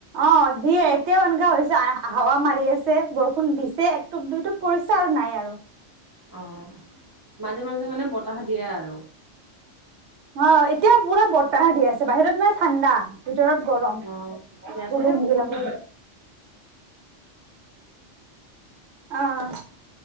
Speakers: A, on the right (about 65°); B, on the right (about 30°).
A: অ', দিয়ে এতিয়াও এনেকুৱা হৈছে হাৱা মাৰি আছে বৰষুণ দিছে তুপ দুই তুপ পৰিছে আৰু নাই আৰু।
B: অ', মাজে মাজে মানে বতাহ দিয়ে আৰু।
A: অ', এতিয়া পুৰা বতাহ দি আছে। বাহিৰত মানে ঠাণ্ডা ভিতৰত গৰম
B: অ' ইয়াতে
A: গৰু মুগিলাব
B: বহুত গৰম
A: অ'।